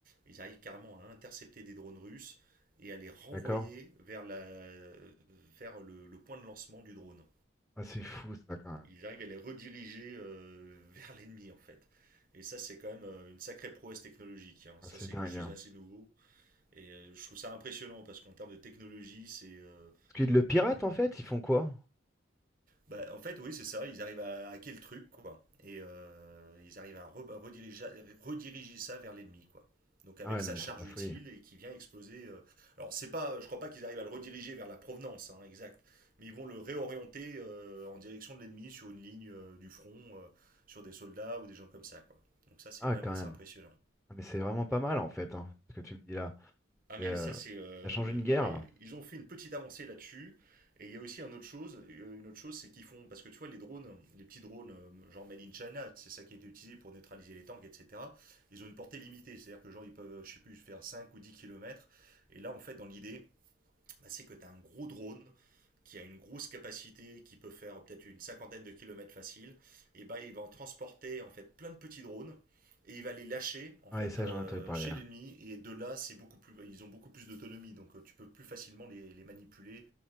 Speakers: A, on the right; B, in the centre.
A: ils arrivent carrément à intercepter des drones russes et à les renvoyer
B: D'accord?
A: vers la, vers le, le point de lancement du drone
B: Ah, c'est fou ça quand même.
A: il arrive à les rediriger euh, vers l'ennemi en fait. Et ça, c'est quand même euh, une sacrée prouesse technologique. hein.
B: Ah,
A: Ça,
B: c'est
A: c'est
B: dingue.
A: quelque chose
B: hein.
A: d'assez nouveau. Et euh, je trouve ça impressionnant parce qu'en termes de technologie, c'est euh,
B: Parce qu'ils le piratent en fait, ils font quoi?
A: Bah, en fait, oui, c'est ça. Ils arrivent à hacker le truc, quoi. Et euh, ils arrivent à re- rediriger, rediriger ça vers l'ennemi, quoi. Donc avec
B: Ah ouais,
A: sa
B: non mais
A: charge
B: c'est de la
A: utile
B: folie.
A: et qui vient exploser. euh, Alors c'est pas, je crois pas qu'ils arrivent à le rediriger vers la provenance, hein, exact. Mais ils vont le réorienter euh, en direction de l'ennemi sur une ligne euh, du front, euh, sur des soldats ou des gens comme ça, quoi. Donc ça c'est
B: Ah
A: quand
B: ouais,
A: même
B: quand
A: assez
B: même.
A: impressionnant.
B: Ah mais c'est vraiment pas mal en fait, hein, ce que tu me dis là.
A: Ah
B: C'est,
A: mais
B: euh,
A: ça c'est euh,
B: Ça change une guerre
A: non mais
B: là.
A: ils ont fait une petite avancée là-dessus et il y a aussi une autre chose euh, une autre chose c'est qu'ils font parce que tu vois les drones les petits drones euh, genre made in China c'est ça qui a été utilisé pour neutraliser les tanks etc ils ont une portée limitée c'est-à-dire que genre ils peuvent je sais plus faire cinq ou dix kilomètres et là en fait dans l'idée bah, c'est que tu as un gros drone qui a une grosse capacité, qui peut faire peut-être une cinquantaine de kilomètres facile, et bah il va en transporter en fait plein de petits drones et il va les lâcher en
B: Ah
A: fait
B: Ouais, ça
A: euh,
B: j'en ai entendu parler.
A: chez
B: hein.
A: l'ennemi et de là c'est beaucoup plus ils ont beaucoup plus d'autonomie donc euh, tu peux plus facilement les, les manipuler